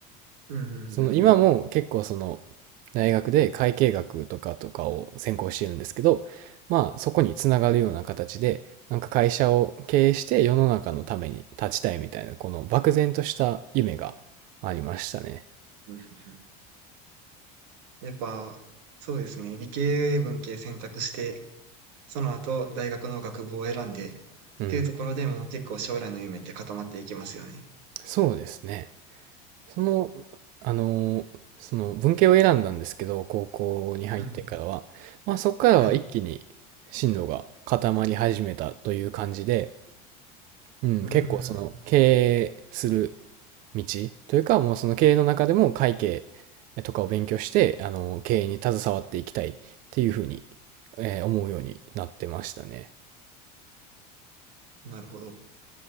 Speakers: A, on the right; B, on the right.
A: うんうんうんうん。
B: その今も結構その大学で会計学とかとかを専攻してるんですけど、まあそこにつながるような形で、なんか会社を経営して世の中のために立ちたいみたいな、この漠然とした夢がありましたね。
A: うんうんうんやっぱ、そうですね。理系文系選択して、その後大学の学部を選んで、っ
B: うん。
A: ていうところでもう結構将来の夢って固まっていきますよね。
B: そうですね。その、あのその文系を選んだんですけど、高校に入ってからは、
A: うん。
B: まあそこからは一気に進路が固まり始めたという感じで、
A: はい。
B: うん、
A: うー
B: 結構その経営する
A: ん。
B: 道というか、もうその経営の中でも会計とかを勉強して、あの、経営に携わっていきたいっていうふうに、えー思うようになってましたね。
A: なるほど。